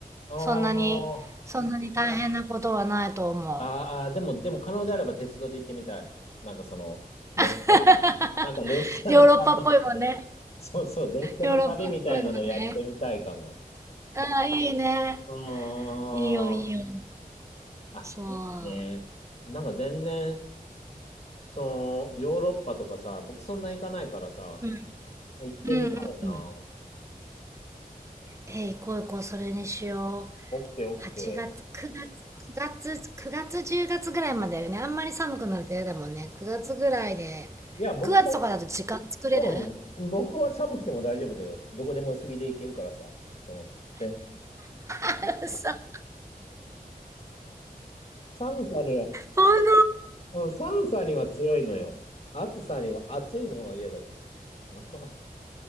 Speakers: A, on the left; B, on the right.
A: あー
B: そんなに、そんなに大変なことはないと思う。
A: あー、でも、でも可能であれば鉄道で行ってみたい。なんかその、列車、
B: <laughs>
A: なんか列車の旅、
B: ヨーロッパっぽいもんね。
A: <laughs> そうそう、列車の旅みたいなのやってみたいかも。
B: ヨーロッパっぽいもんね。ああ、いいね。
A: うーん。
B: いいよ、いいよ。
A: あ、
B: そ
A: いいね。なんか全然、その、ヨーロッパとかさ、僕そんな行かないからさ、
B: う。うん。
A: 行ってみたいな。
B: うん、うん。うん
A: オ
B: えー、行こう行こう、それにしよ
A: ッケーオッケー。
B: 8月、9月、9月、9月、10月ぐらいまでだよね。あんまり寒くなると嫌だもんね。9月ぐらいで。
A: いや、僕だ、
B: 9月とかだと時間作れる
A: うん、僕は寒くても大丈夫だよ。どこでも薄着で行けるからさ、その、で
B: <laughs> さ、
A: 寒さで、
B: ほん
A: うん、寒さには強いのよ。暑さには、暑いのは嫌だけど。